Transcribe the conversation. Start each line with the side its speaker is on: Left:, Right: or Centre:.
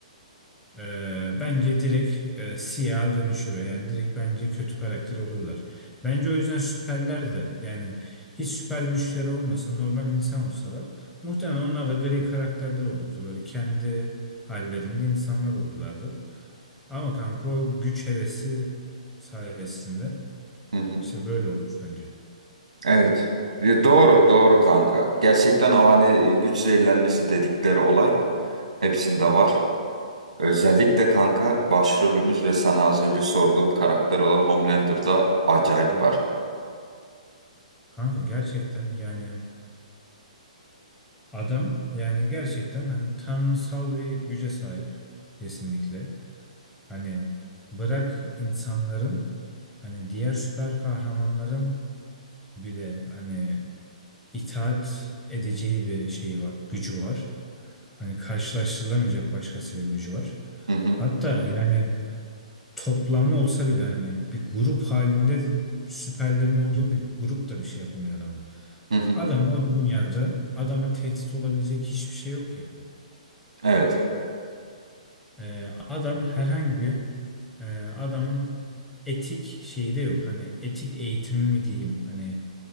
Centre: ee, bence direkt e, siyaha dönüşür. o. Yani direkt bence kötü karakter olurlar. Bence o yüzden süperler de yani hiç süper güçleri olmasa normal insan olsalar muhtemelen onlar da gri karakterler olurdu. Böyle kendi hallerinde insanlar olurlardı. Ama kanka o güç hevesi sayesinde
Right: Hı hı.
Centre: işte böyle olmuş bence.
Right: Evet. Ya Doğru, doğru kanka. Gerçekten o hani e, güç zehirlenmesi dedikleri olay hepsinde
Centre: Evet.
Right: var. Özellikle kanka başrolümüz ve sana az önce sorduğum karakter olan Homelander'da acayip
Centre: tebrik ederim.
Right: var.
Centre: Kanka gerçekten yani adam yani gerçekten hani tanrısal bir güce sahip kesinlikle. Hani bırak insanların hani diğer süper kahramanların bile hani itaat edeceği bir şeyi var, gücü var. Hani karşılaştırılamayacak başkasıyla bir gücü var.
Right: Hı hı.
Centre: Hatta yani toplamı olsa bile hani bir grup halinde süperlerin olduğu bir grup da bir şey yapamıyor adamın.
Right: Hı hı.
Centre: Adamı o dünyada adama tehdit olabilecek hiçbir şey yok ya.
Right: Evet.
Centre: Ee, adam herhangi bir e, adamın etik şeyi de yok. Hani etik eğitimi mi diyeyim? Hani